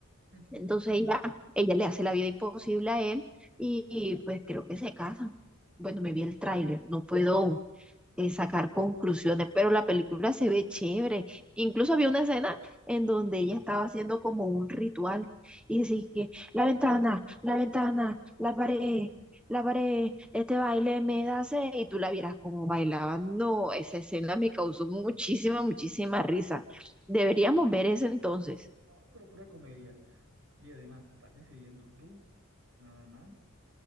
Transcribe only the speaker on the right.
<laughs>
No, pero pura comedia. Y además, estás decidiendo tú, nada más.